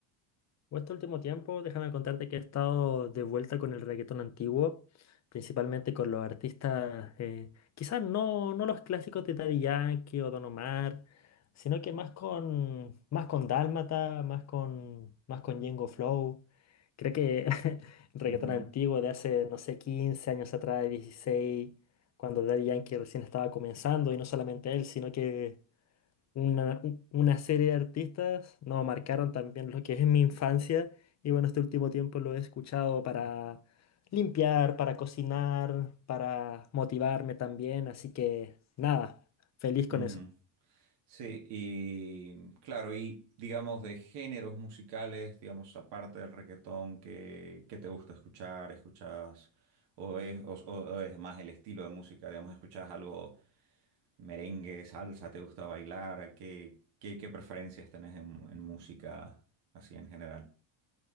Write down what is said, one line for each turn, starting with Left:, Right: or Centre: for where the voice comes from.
Left: Pues este último tiempo, déjame contarte que he estado de vuelta con el reggaetón antiguo, principalmente con los artistas, eh, quizás no, no los clásicos de Daddy Yankee o Don Omar, sino que más con, más con Dálmata, más con, más con Django Flow. Creo que <laughs> el reggaetón
Right: Ujú,
Left: antiguo de hace, no sé, 15 años atrás, 16, cuando Daddy Yankee recién estaba comenzando, y no solamente él, sino que una, u- una serie de artistas, no, marcaron también lo que es mi infancia y bueno, este último tiempo lo he escuchado para limpiar, para cocinar, para motivarme también, así que nada, feliz con
Right: ujú.
Left: eso.
Right: Sí, y claro, y digamos de géneros musicales, digamos, aparte del reggaetón, que te gusta escuchar? ¿Escuchas o es, o, o- o es más el estilo de música? Digamos, ¿escuchas algo merengue, salsa? ¿Te gusta bailar? ¿Qué, qué, qué preferencias tenés en, en música así en general?